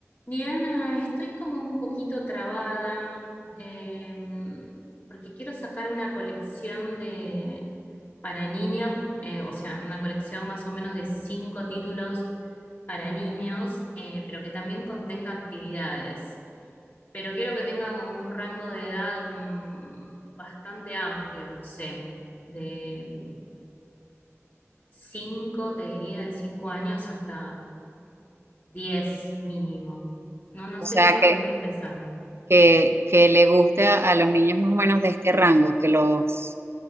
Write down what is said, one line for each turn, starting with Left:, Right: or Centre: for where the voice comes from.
Left: Diana, estoy como un poquito trabada em, porque quiero sacar una colección de para niños, eh, o sea, una colección más o menos de cinco títulos para niños, eh, pero que también contenga actividades. Pero quiero que tenga como un rango de edad mm, bastante amplio, no sé, de cinco, te diría, de cinco años hasta 10 mínimo. No, no
Right: O
Left: sé
Right: sea,
Left: ni por
Right: que,
Left: dónde empezar.
Right: que, que le guste a, a los niños más o menos de este rango, que los,